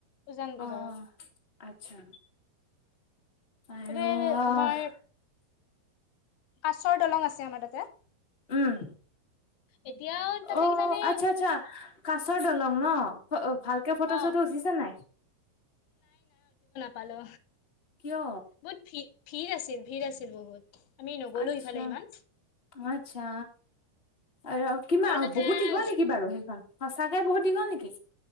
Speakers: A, on the left; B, on the left.
A: উজান বজাৰত
B: অ আচ্ছা। আৰু
A: তাতে
B: আহ
A: আমাৰ কাছৰ দলং আছে আমাৰ তাতে
B: উওম
A: এতিয়াও তাতে
B: অ
A: কিজানি
B: আচ্ছা-আচ্ছা, কাছৰ দলং ন? <unintelligible> ভালকে ফটো
A: অ
B: চটো উচিছা নাই
A: পলো
B: কিয়
A: বহুত ফি ফিৰ আছিল ভিৰ আছিল বহুত আমি নগলো
B: আচ্ছা
A: ইফালে ইমান
B: আচ্ছা আৰু কিমান
A: আৰু তাতে
B: বহুত দীঘল নেকি বাৰু সেইখন? সঁচাকে বহুত দিঘল নেকি?